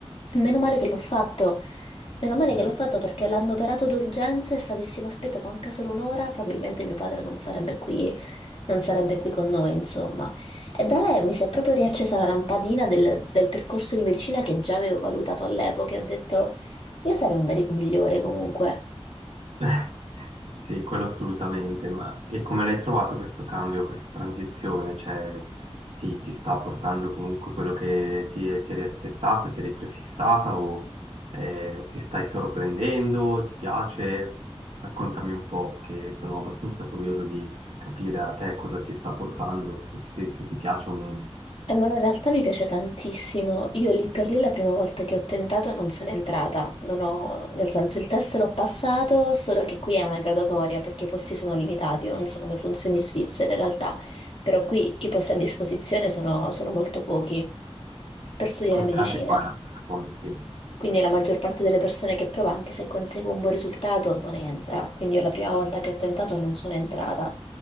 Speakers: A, on the left; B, on the right.
A: Meno male che l'ho fatto. Meno male
B: Mm.
A: che l'ho fatto perché l'hanno operato d'urgenza e se avessimo aspettato anche solo un'ora, probabilmente mio padre non sarebbe qui, non sarebbe qui con noi, insomma. E da lei mi si è proprio riaccesa la lampadina del, del percorso di medicina che già avevo valutato all'epoca e ho detto, io sarei un medico migliore comunque.
B: <laughs> Sì, quello assolutamente. Ma e come l'hai trovato questo cambio, questa transizione? Cioè, ti, ti sta portando comunque quello che ti, ti eri aspettata, ti eri prefissata o eh, ti stai sorprendendo? Ti piace? Raccontami un po', che sono abbastanza curioso di capire a te cosa ti sta portando, se ti se- se ti piace o meno.
A: Allora, in realtà mi piace tantissimo. Io lì per lì la prima volta che ho tentato non sono entrata, non ho, nel senso il test l'ho passato, solo che qui è una graduatoria perché i posti sono limitati, io non so come funzioni in Svizzera in realtà, però qui i posti a disposizione sono, sono molto pochi per studiare
B: Anche
A: medicina.
B: anche qua è la stessa cosa, sì, Io
A: Quindi la maggior parte delle persone che prova, anche se consegue un buon risultato, non entra. Quindi io la prima volta che ho tentato non sono entrata.